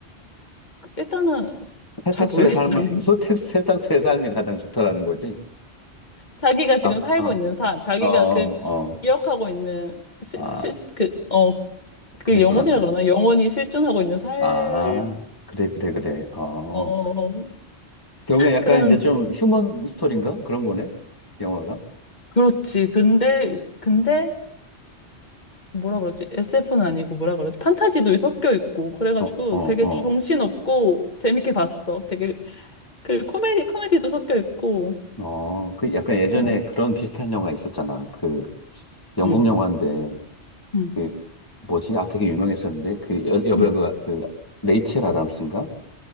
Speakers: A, on the left (about 40°); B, on the left (about 20°).
A: 일단은
B: 세탁소의
A: 잘 모르겠어요.
B: 삶을, 소택, 세탁소의 삶이 가장 좋다라는 거지?
A: 자기가 지금
B: 아,
A: 살고
B: 어,
A: 있는 삶, 자기가
B: 어, 어.
A: 그 기억하고 있는 실,
B: 아,
A: 실, 그, 어, 그
B: 그랬구나,
A: 영혼이라
B: 그래.
A: 그러나? 영혼이 실존하고 있는 살,
B: 아, 그래, 그래, 그래. 어.
A: 어,
B: 결국엔 약간
A: 그런,
B: 이제 좀 휴먼 스토리인가? 그런 거네? 영화가?
A: 그렇지. 근데, 근데, 뭐라 그러지? SF는 아니고 뭐라 그러지? 판타지도 섞여 있고, 그래가지고
B: 어, 어,
A: 되게 정신없고
B: 어.
A: 재밌게 봤어. 되게, 그 코미디, 코미디도 섞여 있고,
B: 어, 그 약간 예전에
A: 어,
B: 그런 비슷한 영화 있었잖아. 그 영국
A: 응,
B: 영화인데,
A: 응,
B: 그 뭐지? 아, 되게 유명했었는데, 그 여, 여배우가
A: 응,
B: 그 레이첼 아담스인가?